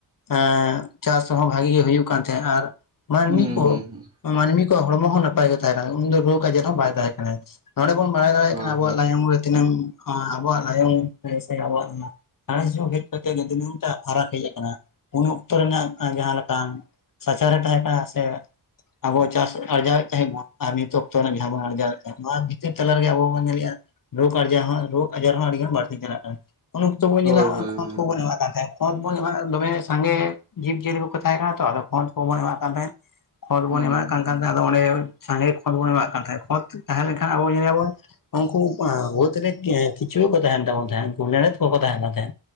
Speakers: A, on the left (about 55°); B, on the right (about 40°).
A: ᱮᱸ ᱪᱟᱥ ᱦᱚᱸ ᱵᱷᱟᱜᱤ ᱜᱮ ᱦᱩᱭᱩᱜ ᱠᱟᱱ ᱛᱟᱦᱮᱸᱜ ᱟᱨ ᱢᱟᱱᱢᱤ
B: ᱦᱩᱸ
A: ᱠᱚ
B: ᱦᱩᱸ ᱦᱩᱸ
A: ᱢᱟᱱᱢᱤ ᱠᱚᱣᱟᱜ ᱦᱚᱲᱢᱚ ᱦᱚᱸ ᱱᱟᱯᱟᱭ ᱜᱮ ᱛᱟᱦᱮᱸ ᱠᱟᱱᱟ ᱩᱱᱤ ᱫᱚ ᱨᱳᱜ ᱟᱡᱟᱨ ᱦᱚᱸ ᱵᱟᱭ ᱛᱟᱦᱮᱸ ᱠᱟᱱᱟᱭ ᱱᱚᱰᱮ ᱵᱚᱱ ᱵᱟᱲᱟᱭ ᱫᱟᱲᱮᱭᱟᱜ
B: ᱦᱳᱭ
A: ᱠᱟᱱᱟ ᱟᱵᱚᱣᱟᱜ
B: ᱦᱳᱭ
A: ᱞᱟᱭᱚᱝ ᱨᱮ ᱛᱤᱱᱟᱹᱝ ᱟᱵᱚᱣᱟᱜ ᱞᱟᱭᱚᱝ ᱨᱮ ᱥᱮ ᱟᱵᱚᱣᱟᱜ ᱥᱟᱬᱮᱥ ᱧᱚᱜ ᱜᱮᱫ ᱠᱟᱛᱮᱫ ᱜᱮ ᱫᱤᱱᱟᱹᱝᱴᱟᱜ ᱯᱷᱟᱨᱟᱠ ᱦᱮᱡ ᱟᱠᱟᱱᱟ ᱩᱱ ᱚᱠᱛᱚ ᱨᱮᱱᱟᱜ ᱡᱟᱦᱟᱸ ᱞᱮᱠᱟᱱ ᱥᱟᱪᱟᱨᱮ ᱛᱟᱦᱮᱸ ᱠᱟᱱᱟ ᱥᱮ ᱟᱵᱚ ᱪᱟᱥ ᱟᱨᱡᱟᱣᱮᱫ ᱛᱟᱦᱮᱸ ᱵᱚᱱ ᱟᱨ ᱱᱤᱛᱚᱜ ᱛᱚ ᱚᱱᱟ ᱡᱟᱦᱟᱸ ᱵᱚᱱ ᱟᱨᱡᱟᱣᱮ-ᱟ ᱱᱚᱣᱟ ᱵᱷᱤᱛᱟᱹᱨ ᱛᱟᱞᱟ ᱨᱮᱜᱮ ᱟᱵᱚ ᱵᱚᱱ ᱧᱮᱞᱮᱜᱼᱟ ᱨᱳᱜᱽ ᱟᱡᱟ ᱦᱚᱸ ᱨᱳᱜᱽ ᱟᱡᱟᱨ ᱦᱚᱸ ᱟᱹᱰᱤᱜᱟᱱ ᱵᱟᱹᱲᱛᱤ ᱪᱟᱞᱟᱜ ᱠᱟᱱᱟ᱾ ᱩᱱ ᱚᱠᱛᱚ ᱵᱚᱱ
B: ᱦᱳᱭ
A: ᱧᱮᱞᱟ ᱱᱚ-ᱚᱭ
B: ᱦᱳᱭ
A: ᱠᱷᱩᱸᱛ
B: ᱦᱳᱭ
A: ᱠᱚᱵᱚ ᱧᱮᱞᱟᱜ ᱠᱟᱱ ᱛᱟᱦᱮᱸᱫ ᱠᱷᱩᱸᱛ ᱮᱢᱟᱜ ᱫᱚᱢᱮ ᱥᱟᱸᱜᱮ ᱡᱤᱵᱽᱡᱤᱭᱟᱹᱞᱤ ᱠᱚ ᱠᱚ ᱛᱟᱦᱮᱸ ᱠᱟᱱᱟ ᱛᱚ ᱟᱫᱚ, ᱠᱷᱳᱸᱫ ᱠᱚᱵᱚᱱ ᱮᱢᱟᱜ ᱠᱟᱱ ᱛᱟᱦᱮᱸᱫ ᱠᱷᱳᱸᱛ
B: ᱦᱩᱸ
A: ᱵᱚᱱ ᱮᱢᱟᱜ ᱠᱟᱱ ᱠᱟᱱ ᱛᱟᱦᱮᱸᱫ ᱟᱫᱚ ᱚᱸᱰᱮ ᱥᱟᱸᱜᱮ, ᱵᱚᱱ ᱮᱢᱟᱜ ᱠᱟᱱ ᱛᱟᱦᱮᱸ ᱠᱷᱳᱸᱛ ᱛᱟᱦᱮᱸ ᱞᱮᱱᱠᱷᱟᱱ ᱟᱵᱚ ᱧᱮᱞᱟ ᱵᱚᱱ, ᱩᱱᱠᱩ ᱳᱛ ᱨᱮ ᱠᱤᱪᱩᱣᱟᱹ ᱠᱚ ᱛᱟᱦᱮᱱ ᱛᱟᱵᱟᱱ ᱛᱟᱦᱮᱫ ᱩᱱᱠᱩ ᱞᱮᱲᱮᱫ ᱠᱚ ᱠᱚ ᱛᱟᱦᱮᱱ ᱠᱟᱱ ᱛᱟᱦᱮ,